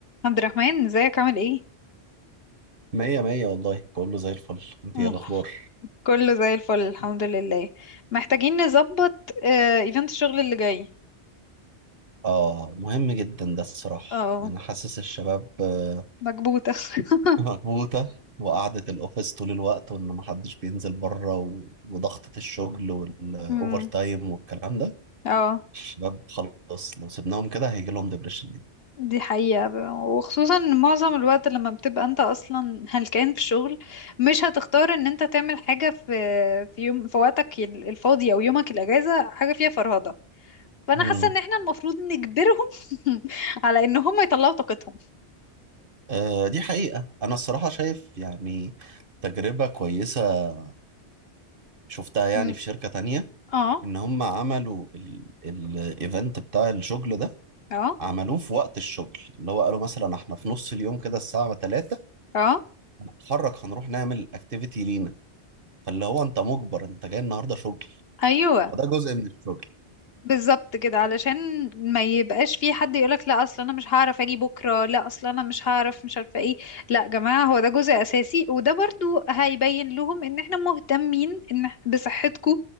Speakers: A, on the left (about 60°); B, on the right (about 55°).
A: عبد الرحمن ازيك عامل ايه
B: مية مية والله كله زي الفل انت
A: مم.
B: ايه الاخبار
A: كله زي الفل الحمد لله محتاجين نظبط آه، ايفنت الشغل اللي جاي
B: اه مهم جدا ده الصراحة
A: اه
B: يعني انا حاسس الشباب <laughs> آه،
A: مكبوتة <laughs>
B: مكبوتة وقعدة الاوفيس طول الوقت وان محدش بينزل بره و... وضغطة الشغل والاوفر
A: امم
B: تايم والكلام ده
A: اه
B: الشباب خلاص لو سيبناهم كده هيجي لهم ديبريشن يعني
A: دي حقيقة وخصوصا معظم الوقت لما بتبقى انت اصلا هلكان في الشغل مش هتختار ان انت تعمل حاجة في في يوم في وقتك ال- الفاضي او يومك الاجازة حاجة فيها فرهدة فانا
B: مم.
A: حاسة ان احنا المفروض نجبرهم <laughs> على ان هم يطلعوا طاقتهم
B: آه دي حقيقة انا الصراحة شايف يعني تجربة كويسة شفتها يعني
A: مم.
B: في شركة تانية
A: اه
B: ان هم عملوا الايفنت بتاع الشغل ده
A: اه
B: عملوه في وقت الشغل اللي هو قالوا مثلا احنا في نص اليوم كده الساعة 3
A: اه
B: هنتحرك هنروح نعمل اكتيفيتي لينا فاللي هو انت مجبر انت جاي النهارده شغل
A: ايوه
B: فده جزء من الشغل
A: بالظبط كده علشان ما يبقاش في حد يقولك لا اصل انا مش هعرف اجي بكره لا اصل انا مش هعرف مش عارفه ايه لا يا جماعه هو ده جزء اساسي وده برضو هيبين لهم ان احنا مهتمين ان بصحتكم